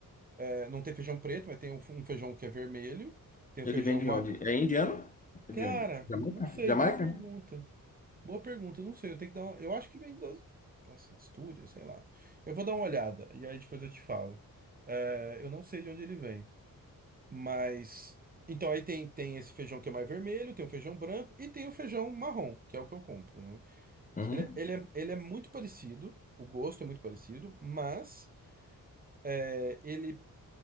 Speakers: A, on the right (about 25°); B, on the left (about 25°).
A: eh, não tem feijão preto, mas tem um, um feijão que é vermelho. Tem o
B: Ele
A: feijão
B: vem de
A: ma...
B: onde? É indiano? É
A: Cara,
B: de onde? Jamaica?
A: não sei,
B: Jamaica?
A: boa pergunta. Boa pergunta, não sei. Eu tenho que dar uma... Eu acho que vem das, das Astúrias, sei lá. Eu vou dar uma olhada e aí depois eu te falo. Eh, eu não sei de onde ele vem. Mas. Então, aí tem, tem esse feijão que é mais vermelho, tem o feijão branco e tem o feijão marrom, que é o que eu compro, né?
B: Uhum.
A: Que Ele, é, ele, é, ele é muito parecido, o gosto é muito parecido, mas é, ele,